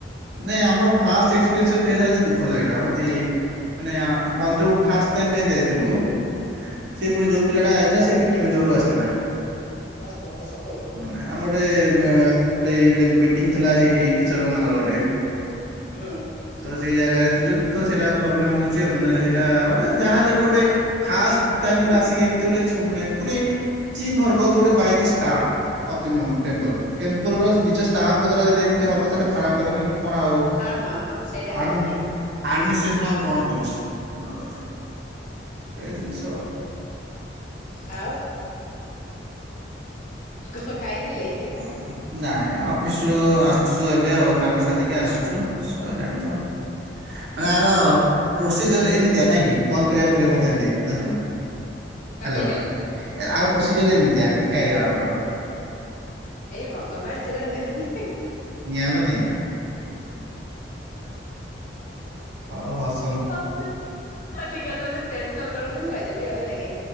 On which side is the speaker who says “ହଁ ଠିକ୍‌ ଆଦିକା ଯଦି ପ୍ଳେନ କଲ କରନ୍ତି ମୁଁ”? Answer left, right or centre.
Left